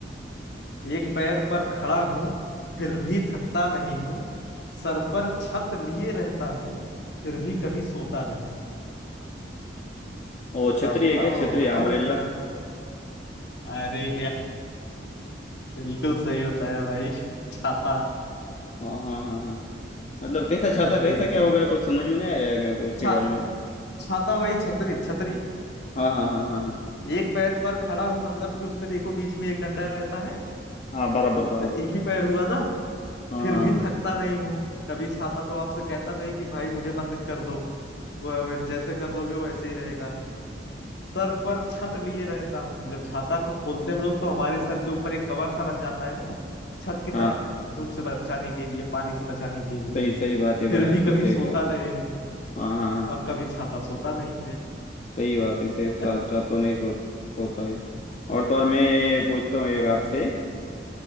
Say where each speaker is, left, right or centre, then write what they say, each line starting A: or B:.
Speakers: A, on the left (about 65°); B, on the left (about 40°).
A: एक पैर पर खड़ा हूँ फिर भी थकता नहीं हूँ सर पर छत लिए रहता हूँ फिर भी कभी सोता नहीं हूँ।
B: ओ
A: बताओ
B: छतरी
A: बताओ
B: है क्या छतरी
A: बताओ
B: अम्ब्रेला
A: मेरा अरे यार बिल्कुल सही बताया भाई छाता
B: हाँ हाँ हाँ हाँ मतलब कैसा
A: अरे
B: छाता कैसा क्या
A: यार
B: होगा कुछ समझ में नहीं आया है मेरे को उसके
A: छा,
B: बारे में
A: छाता वही छतरी छतरी
B: हाँ हाँ हाँ हाँ हाँ
A: एक पैर पर खड़ा हूँ मतलब कि उसमें देखो बीच में एक डंडा रहता है
B: हाँ बराबर बराबर
A: तो एक ही पैर हुआ ना
B: हाँ
A: फिर
B: हाँ
A: भी
B: हाँ
A: थकता नहीं हूँ कभी छाता तो आपसे कहता नहीं कि भाई मुझे बंद कर दो वो हमें- जैसे कर दोगे वो वैसे ही रहेगा सर पर छत लिए रहता हूँ तो जब छाता को खोलते हैं हम लोग तो हमारे सर के ऊपर एक कवर सा बन जाता है ना छत की
B: हाँ
A: तरह धूप से बचाने के लिए पानी से बचाने के लिए
B: सही सही बात है भाई
A: फिर
B: आपकी
A: भी कभी
B: सही
A: सोता
B: बात है
A: नहीं हूँ
B: हाँ हाँ हाँ
A: और कभी छाता सोता नहीं है
B: सही बात है सही साचा
A: <laughs>
B: तो नहीं सो, होता है और तो और मैं पूछता हूँ एक
A: हाँ
B: आपसे